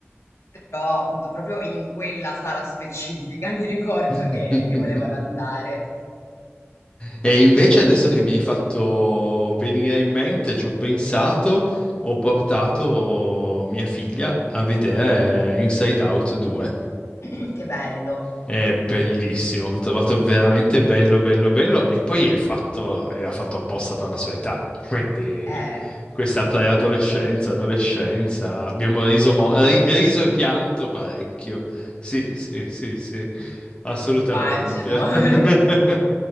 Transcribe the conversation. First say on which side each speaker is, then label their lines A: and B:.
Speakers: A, on the left (about 80°); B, on the left (about 25°).
A: però appunto proprio in quella sala specifica <laughs> mi ricordo
B: <laughs>
A: che, che volevano andare.
B: E invece adesso che mi hai fatto venire in mente, ci ho pensato, ho portato mia figlia a vedere Inside Out 2.
A: <clears throat> Che bello.
B: È bellissimo, l'ho trovato veramente bello, bello, bello e poi è fatto, era fatto apposta per la sua età, quindi
A: Eh,
B: questa preadolescenza, adolescenza, abbiamo riso, mo- ri- riso e pianto parecchio, sì, sì, sì, sì, assolutamente.
A: immagino. <laughs>
B: <laughs>